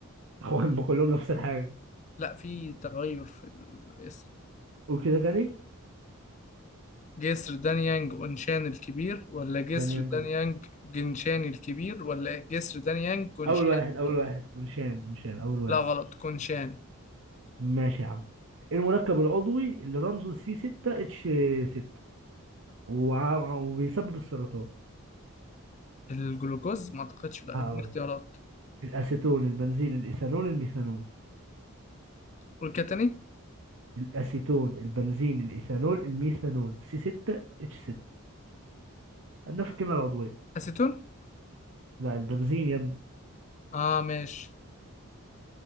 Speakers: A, on the right; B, on the left.
A: <laughs> هو هم كلهم نفس الحاجه
B: لا في تغير في الاسم
A: قول كده تاني
B: جسر دانيانج اونشان الكبير ولا جسر
A: دانيان
B: دانيانج
A: جون
B: جنشان الكبير ولا جسر دانيانج كونشان
A: اول واحد
B: الكبير
A: اول واحد ونشان ونشان اول واحد
B: لا غلط كونشان
A: ماشي يا عم إيه المركب العضوي اللي رمزه سي 6 اتش 6 وبيسبب السرطان
B: الجلوكوز ما اعتقدش لا
A: هقول
B: اديني اختيارات
A: الاسيتون البنزين الايثانول الميثانول
B: والكتاني
A: الاسيتون البنزين الايثانول الميثانول سي 6 اتش 6 عندنا في الكيمياء العضويه
B: اسيتون
A: لا البنزين يا ابني
B: اه ماشي